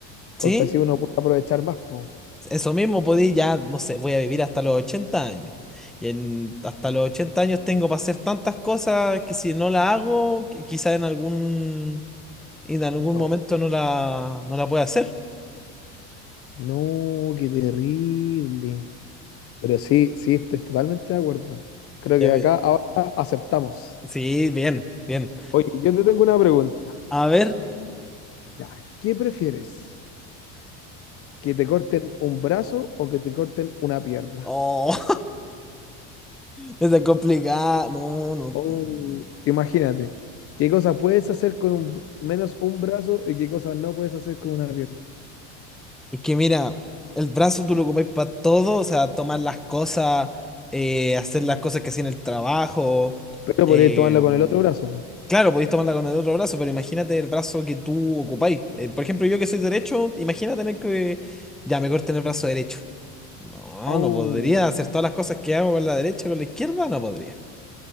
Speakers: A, in the centre; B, on the left (about 40°).
A: ¿Sí?
B: Porque así uno puede aprovechar más, po.
A: Eso mismo podía, ya, no sé, voy a vivir hasta los 80 años. Y en- hasta los 80 años tengo para hacer tantas cosas que si no la hago, qui- quizá en algún, en algún
B: Oh,
A: momento no la, no la pueda hacer.
B: no, qué terrible. Pero sí, sí, estoy totalmente de acuerdo. Creo
A: Ya
B: que acá
A: ve-
B: ahora acertamos.
A: Sí, bien, bien.
B: Oye, yo te tengo una pregunta.
A: A ver.
B: Ya, ¿qué prefieres? ¿Que te corten un brazo o que te corten una pierna?
A: Oh, <laughs> está complicada. No, no.
B: Oh,
A: no.
B: imagínate, ¿qué cosas puedes hacer con un, menos un brazo y qué cosas no puedes hacer con una pierna?
A: Es que mira, el brazo tú lo ocupáis para todo, o sea, tomar las cosas, eh, hacer las cosas que hacía en el trabajo.
B: Pero
A: eh,
B: podrías tomarlo con el otro brazo, po.
A: claro, podéis tomarla con el otro brazo, pero imagínate el brazo que tú ocupáis. Eh, por ejemplo, yo que soy derecho, imagina tener que... Ya, mejor tener el brazo derecho. No,
B: Oh,
A: no podría hacer todas las cosas que hago con la derecha, con la izquierda, no podría.